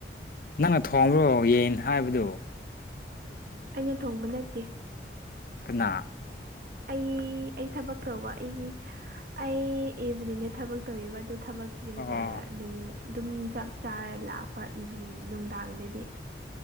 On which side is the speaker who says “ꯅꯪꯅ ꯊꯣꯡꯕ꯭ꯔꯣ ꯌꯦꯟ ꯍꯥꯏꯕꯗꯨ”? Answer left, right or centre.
Left